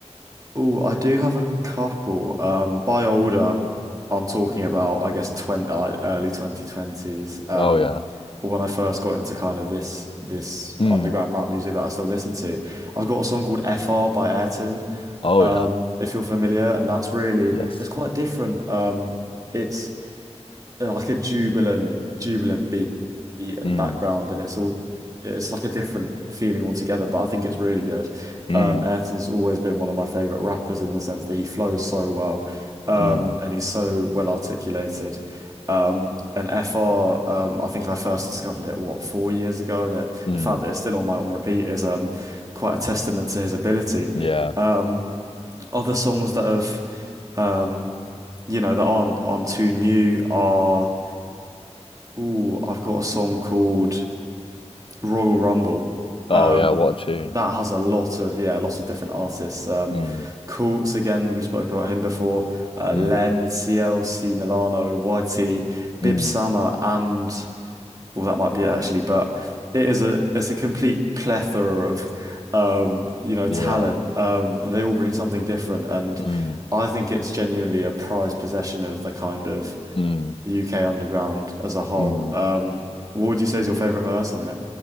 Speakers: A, on the right; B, on the left.
A: Oh, I do have a couple. Um, by older, I'm talking about I guess 20, uh, early 2020s. Um,
B: Oh yeah.
A: when I first got into kind of this this
B: Mm.
A: underground rap music that I still listen to, I've got a song called FR by Ayrton.
B: Oh
A: um,
B: yeah.
A: if you're familiar, and that's really
B: Yes.
A: it's quite different. Um, it's uh, like a jubilant, jubilant beat and
B: Mm.
A: background, and it's all it's like a different feeling altogether. But I think it's really good.
B: Mm.
A: Um, Ayrton's always been one of my favorite rappers in the sense that he flows so well, um,
B: Mm.
A: and he's so well articulated. Um, and FR, um, I think I first discovered it what four years ago, and it,
B: Mm.
A: the fact that it's still on my on repeat is um, quite a testament to his ability.
B: Yeah.
A: Um, other songs that have, um, you know, that aren't aren't too new are. Ooh, I've got a song called Royal Rumble.
B: Oh
A: Um,
B: yeah, what a tune.
A: that has a lot of yeah, a lot of different artists. Um,
B: Mm.
A: Courts again, we spoke about him before. Uh,
B: Mm.
A: Len, CLC Milano, YT, Bib
B: Mm.
A: Sama, and well, that might be it actually, but it is a it's a complete plethora of um, you know, talent,
B: Yeah.
A: um, and they all bring something different. And
B: Mm.
A: I think it's genuinely a prized possession of the kind of
B: Mm.
A: UK underground as a whole.
B: Mm.
A: Um, what would you say is your favorite verse on it?